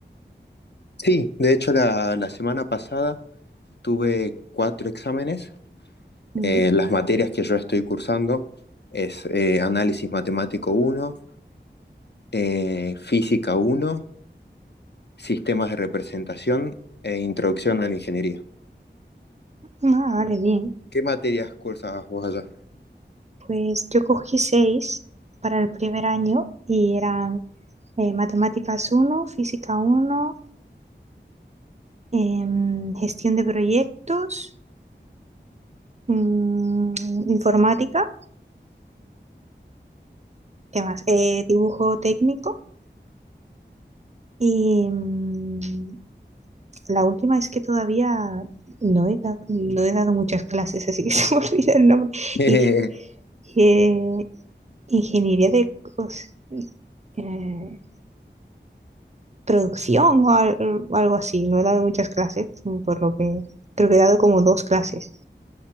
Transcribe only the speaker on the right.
Mm,
Ah, vale, bien.
Pues yo cogí seis para el primer año y eran eh, matemáticas uno, física uno, em, gestión de proyectos mm, informática, ¿qué más? Eh, dibujo técnico y mm, la última es que todavía no he dado, no he dado muchas clases, así que <laughs> se me olvida el nombre.
Y, eh, ingeniería de cos- eh, producción o al- algo así. No he dado muchas clases, por lo que creo que he dado como dos clases.